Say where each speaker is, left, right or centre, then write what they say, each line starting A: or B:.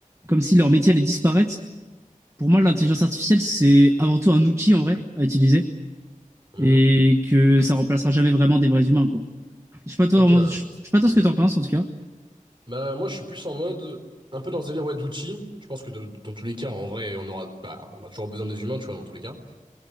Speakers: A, on the right (about 20°); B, on the right (about 35°).
A: comme si leur métier allait disparaître. Pour moi, l'intelligence artificielle, c'est avant tout un outil en vrai à utiliser
B: Mhm.
A: et que ça remplacera jamais vraiment des vrais humains, quoi. Je sais pas toi,
B: Ok,
A: vraiment-
B: ouais.
A: je je sais pas toi ce que t'en penses en tout cas.
B: Bah, moi, je suis plus en mode, un peu dans ce délire, ouais, d'outils. Je pense que de- dans tous les cas, en vrai, on aura, bah, on a toujours besoin des humains, tu vois, dans tous les cas.